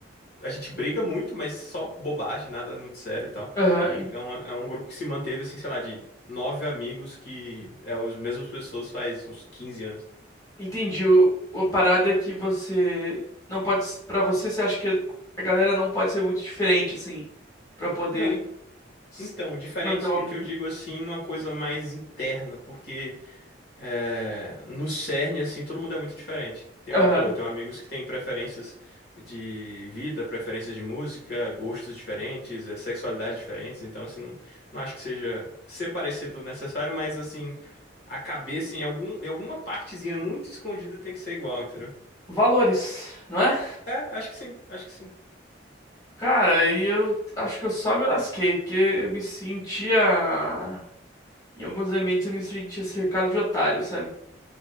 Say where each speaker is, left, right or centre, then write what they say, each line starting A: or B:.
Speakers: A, on the left; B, on the left.
A: A gente briga muito, mas só bobagem, nada muito sério e tal.
B: Aham, en-
A: Então é é um grupo que se manteve, assim, sei lá, de nove amigos que é as mesmas pessoas faz uns 15 anos.
B: entendi. O, a parada é que você não pode, s- Pra você, você acha que a galera não pode ser muito diferente, assim, pra poder
A: Não,
B: s-
A: Então, diferente
B: manter uma amizade.
A: que eu digo assim, numa coisa mais interna, porque é, no CERN, assim, todo mundo é muito diferente. Tem
B: Aham.
A: um, pô, eu tenho amigos que têm preferências de vida, preferências de música, gostos diferentes, é, sexualidades diferentes, então, assim, não, não acho que seja ser parecido necessário, mas, assim, a cabeça em algum, em alguma partezinha muito escondida tem que ser igual, entendeu?
B: Valores, não é?
A: É, acho que sim, acho que sim.
B: Cara, e eu acho que eu só me lasquei, porque eu me sentia Em alguns ambientes eu me sentia cercado de otários, sabe?